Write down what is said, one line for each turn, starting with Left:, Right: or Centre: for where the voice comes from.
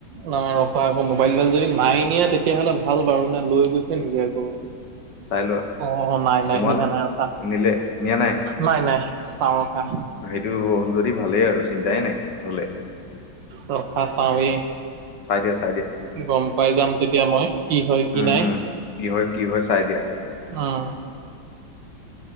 Right: ন ৰপা আকৌ মোবাইলডাল যদি নাই নিয়ে তেতিয়াহলে ভাল বাৰু নে লৈ গৈছে নেকি আকৌ
Left: চাই লোৱা
Right: অ নাই নাই
Left: সোমালে।
Right: নিয়া নাই ৰখা
Left: নিলে নিয়া
Right: নাই নাই চাওঁ ৰখা
Left: সেইটো হ'ল যদি ভালেই আৰু চিন্তাই নাই হলে
Right: ৰখা চাৱি
Left: চাই দি আছো
Right: গম পাই যাম তেতিয়া মই কি হয় কি
Left: উম
Right: নাই?
Left: উম কি হয় কি হয় চাই দিয়া।
Right: আহ